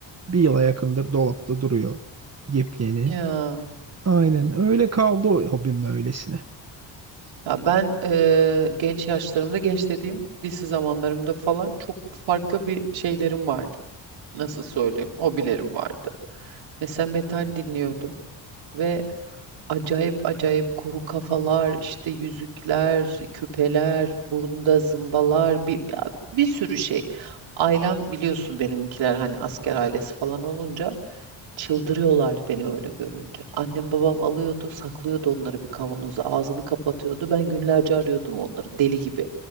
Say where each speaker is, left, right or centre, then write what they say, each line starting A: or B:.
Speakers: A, on the right (about 35°); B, on the right (about 80°).
A: bir yıla yakındır dolapta duruyor. Yepyeni.
B: Ya.
A: Aynen öyle kaldı o hobim öylesine.
B: Ya ben eee, genç yaşlarımda, genç dediğim lise zamanlarımda falan çok farklı bir şeylerim vardı. Nasıl söyleyeyim? Hobilerim vardı. Mesela metal dinliyordum ve Acayip acayip kuru kafalar, işte yüzükler, küpeler, burnunda zımbalar, bir, ya bir sürü şey. Ailem biliyorsun benimkiler hani asker ailesi falan olunca çıldırıyorlardı beni öyle görünce. Annem babam alıyordu, saklıyordu onları bir kavanoza, ağzını kapatıyordu. Ben günlerce arıyordum onları deli gibi.